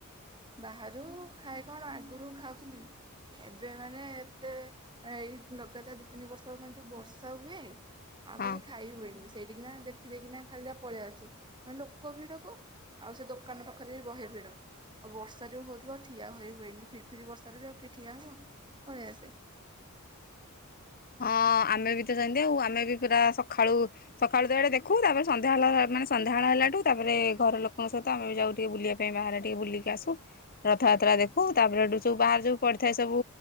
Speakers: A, on the right; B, on the left.
A: ବାହାରୁ ଖାଏ କଣ ଆଗରୁ ଖାଉଥିଲି ଏବେ ମାନେ ଏତେ ଏଇ ଲଗାତାର ଦି ତିନି ବର୍ଷ ମେ ଯୋଉ ବର୍ଷା ହୁଏ ଆଉ କିଛି
B: ହଁ
A: ଖାଇ ହୁଏନି ସେଇଠିକି ନା ଦେ ରଖିଦକିନାାଇଁ ଖାଲି ପଳେଇ ଆସୁ ମେ ଲୋକ ଭିଡ଼ କୁ ଆଉ ସେ ଦୋକାନ ପାଖରେ ବି ବହେ ଭିଡ଼ ଆଉ ବର୍ଷା ଯେଉଁ ହେଉଥିବ ଠିଆ ହୋଇ ହୁଏନି ଫିରି ଫିରି ବର୍ଷାାରେ ବି ଆଉ କିଏ ଠିଆ ହେବ ପଳେଇ ଆସେ
B: ହଁ ଆମେ ବି ତ ଯତି ଆଉ ଆମେ ବି ପୁରା ସକାଳୁ ସକାଳୁ ତ ଏଡେ ଦେଖୁ ତାପରେ ସନ୍ଧ୍ୟାବେ ମାନେ ସନ୍ଧାଳ ହେଲାଠୁ ତାପରେ ଘର ଲୋକଙ୍କ ସହିତ ଆମେ ଯାଉ ଟିକେ ବୁଲିବା ପାଇଁ ବାହାରେ ଟିକେ ବୁଲିକି ଆସୁ ରଥଯାତ୍ରା ଦେଖୁ ତାପରେ ଏଠୁ ସବୁ ବାହାର ଯୋଉ ପଡିଥାଏ ସବୁ